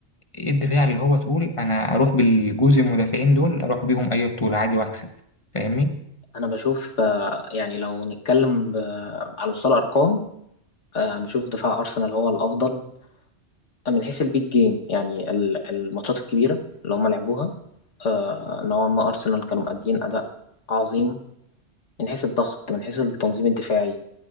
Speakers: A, on the left (about 30°); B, on the left (about 85°).
A: إيه الدفاع اللي هو تقول أنا أروح بالجزء المدافعين دول أروح بيهم أي بطولة عادي وأكسب فاهمني؟
B: انا بشوف آه، يعني لو نتكلم ب- على مستوى الارقام آه، بشوف دفاع ارسنال هو الافضل من حيث البيج جيم يعني ال- الماتشات الكبيره اللي هم لعبوها آه، نوعا ما ارسنال كانوا مؤدين اداء عظيم من حيث الضغط من حيث التنظيم الدفاعي